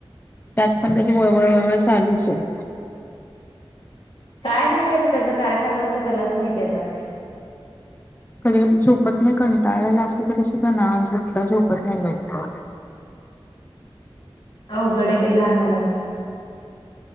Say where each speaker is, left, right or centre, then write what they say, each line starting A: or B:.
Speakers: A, on the left; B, on the left.
A: त्यात पण त्याची वळवळ वळवळ चालूच आहे.
B: काय नाहीे. तेचं-तेचं काय चालू असं त्यालाच माहिती आता ते.
A: कधी-कधी झोपत नाही कंटाळलेला असतं तरी सुद्धा ना झोपता झोपत नाही लवकर.
B: अवघड आहे बाई लहान मुलांचं